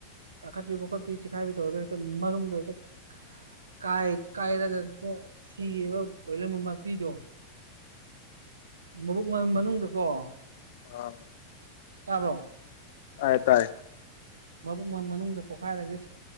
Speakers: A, on the right (about 75°); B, on the left (about 55°).
A: ꯀꯥꯈꯠꯕꯤ ꯈꯠ ꯆꯤꯈꯥꯏꯕꯤ ꯇꯧ ꯃꯔꯗ ꯀꯥꯏ ꯀꯥꯏꯔꯒ ꯁꯤꯌꯦꯕ ꯀꯣꯏꯂꯔ ꯃꯃꯄꯤꯤꯗꯣ ꯃꯕꯨꯛ ꯃꯅꯨꯡꯗꯀꯣ
B: ꯑꯥ
A: ꯁꯥꯕ꯭ꯔꯣ
B: ꯑꯥꯏ ꯇꯥꯏ
A: ꯃ ꯃꯅꯨꯡꯗ ꯄꯣꯈꯥꯏꯔꯒꯦ